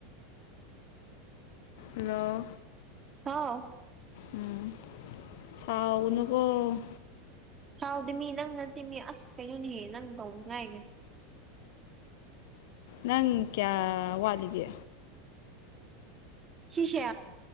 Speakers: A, on the left; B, on the right.
A: ꯍꯥꯂꫭ
B: <unintelligible>
A: ꯎꯝ ꯀꯥꯎꯒꯅꯨꯀꯣ
B: ꯁꯥꯎꯗꯦꯃꯤ ꯅꯪ ꯅꯠꯇꯦ ꯃꯤ ꯑꯁ ꯀꯩꯅꯣꯅꯦ ꯍꯦ ꯅꯪ ꯇꯧꯕꯒꯤ ꯉꯥꯏꯔꯦ
A: ꯅꯪ ꯀꯌꯥ ꯋꯥꯠꯂꯤꯒꯦ
B: ꯁꯤꯁꯦ